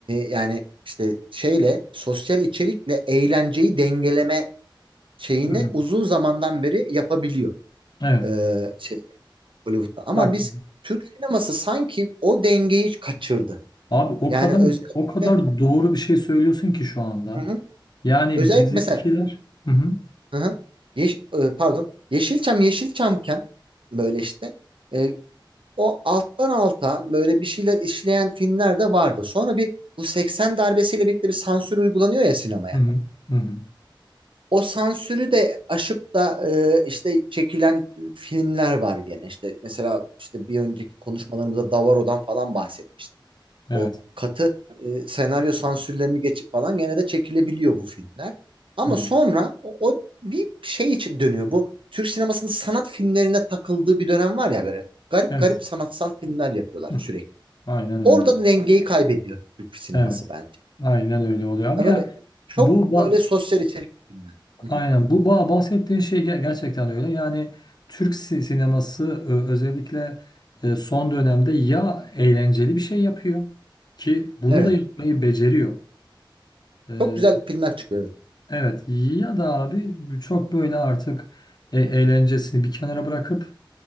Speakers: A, on the right (about 75°); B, on the left (about 50°).
A: yani işte şeyle sosyal içerikle eğlenceyi dengeleme şeyini
B: hı hı.
A: uzun zamandan beri yapabiliyor.
B: Evet.
A: E, şey Hollywood'da. Ama
B: Bak
A: biz Türk sineması sanki o dengeyi kaçırdı.
B: abi o
A: Yani
B: kadar
A: özellikle
B: o kadar doğru bir şey söylüyorsun ki şu anda.
A: hı hı,
B: Yani
A: özellikle
B: bizimkiler
A: mesela
B: Hı hı,
A: hı hı, yeş, e, pardon Yeşilçam Yeşilçamken böyle işte e, o alttan alta böyle bir şeyler işleyen filmler de vardı. Sonra bir bu 80 darbesiyle birlikte bir sansür uygulanıyor ya sinemaya.
B: hı hı, hı hı.
A: O sansürü de aşıp da e, işte çekilen filmler var gene. İşte mesela işte bir önceki konuşmalarımızda Davaro'dan falan bahsetmiştik.
B: Evet.
A: O katı e, senaryo sansürlerini geçip falan gene de çekilebiliyor bu filmler. Ama
B: Evet.
A: sonra o, o bir şey için dönüyor. Bu Türk sinemasının sanat filmlerine takıldığı bir dönem var ya böyle. Garip
B: Evet.
A: garip sanatsal filmler yapıyorlar
B: Hı,
A: sürekli.
B: Aynen
A: Orada
B: öyle.
A: da dengeyi kaybediyor Türk sineması
B: Evet.
A: bence.
B: Aynen öyle oluyor abi
A: E
B: ya.
A: böyle çok
B: Bu ba-
A: böyle sosyal içerikli filmler. Hı
B: aynen
A: hı.
B: bu ba bahsettiğin şey ger- gerçekten öyle. Yani Türk si- sineması ö- özellikle e, son dönemde ya eğlenceli bir şey yapıyor ki bunu
A: Evet.
B: da yapmayı beceriyor. E,
A: Çok güzel filmler çıkıyor. Evet.
B: Evet ya da abi çok böyle artık e- eğlencesini bir kenara bırakıp